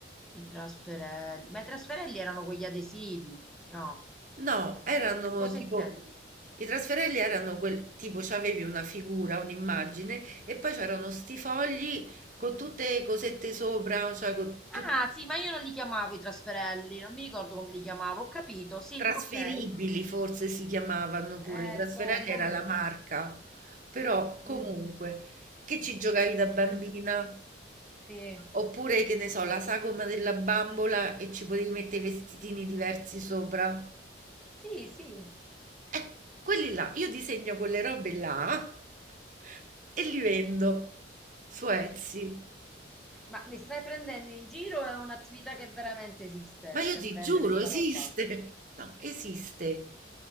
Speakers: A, in the centre; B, on the right (about 45°).
A: I trasferelli. Ma i trasferelli erano quegli adesivi, no?
B: No, erano
A: Che cosa
B: tipo
A: intendi?
B: i trasferelli erano quel tipo c'avevi una figura, un'immagine e poi c'erano sti fogli con tutte le cosette sopra, cioè con
A: Ah,
B: tutti
A: sì, ma io non li chiamavo i trasferelli, non mi ricordo come li chiamavo, ho capito, sì,
B: trasferibili
A: ok.
B: forse si chiamavano pure,
A: Eh,
B: trasferelli
A: boh, comunque.
B: era la marca. Però comunque
A: Mm.
B: che ci giocavi da bambina?
A: <laughs> Sì,
B: Oppure, che ne so, la sagoma della bambola e ci potevi mettere i vestitini diversi sopra.
A: sì, sì.
B: Eh, quelli là, io disegno quelle robe là e li vendo su Etsy.
A: Ma mi stai prendendo in giro? È un'attività che veramente esiste,
B: Ma io
A: cioè
B: ti
A: vendere
B: giuro,
A: sta
B: esiste.
A: roba.
B: No, esiste.